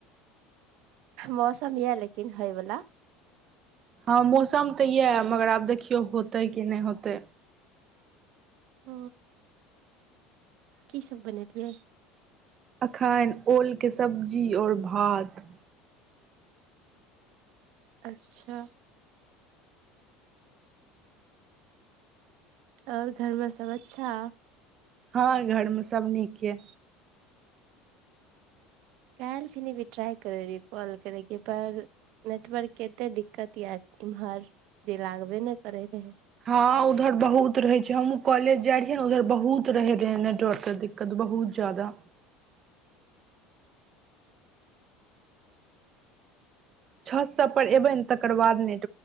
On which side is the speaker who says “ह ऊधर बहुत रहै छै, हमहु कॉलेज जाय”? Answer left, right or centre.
Right